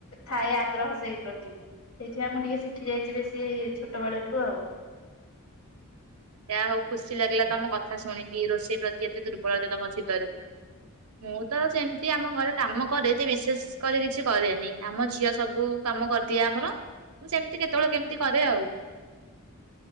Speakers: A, on the left (about 70°); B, on the right (about 80°).
A: ଥାଏ ଆଗ୍ରହ ସେଇ ପ୍ରତି ସେଇଥିପାଇଁ ମୁଁ ଟିକେ ଶିଖି ଯାଇଛି ବେଶୀ ଛୋଟବେେଳଠୁ ଆଉ।
B: ଆଉ ଖୁସି ଲାଗିଲା ତମ କଥା ଶୁଣିକି ରୋଷେଇ ପ୍ରତି ଏତେ ଦୁର୍ବଳତା ତମ ଥିବାରୁ ମୁଁ ତ ସେମିତି ଆମ ଘରେ କାମ କରେ ଯେ ବିଶେଷ କରି କିଛି କରେନି ଆମ ଝିଅ ସବୁ କାମ କରିଦିଏ ଆମର ସେମିତି କେତେବେଳେ କେମିତି କରେ ଆଉ।